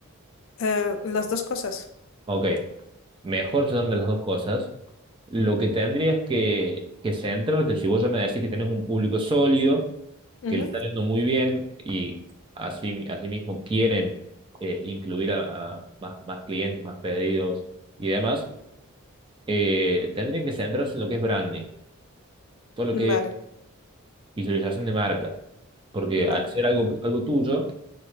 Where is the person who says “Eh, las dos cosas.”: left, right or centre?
Left